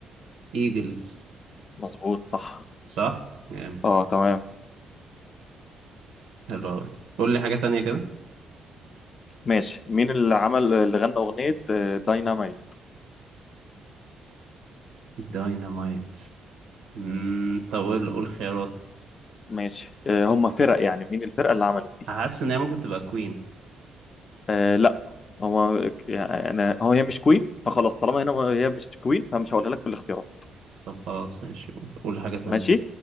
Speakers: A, on the right; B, on the left.
A: ايجلز
B: مظبوط صح
A: صح جامد
B: اه تمام
A: حلو أوي قول لي حاجة تانية كده
B: ماشي مين اللي عمل اللي غنى أغنية آه، دايناميت
A: داينامايت امم طب قول قول خيارات
B: ماشي آه، هم فرق يعني مين الفرقة اللي عملت دي
A: حاسس ان هي ممكن تبقى كوين
B: آه لا هو يعني أنا- هو هي مش كوين فخلاص طالما هنا هي مش كوين فمش هقولها لك في الاختيارات
A: طب خلاص ماشي قول قول حاجة تانية
B: ماشي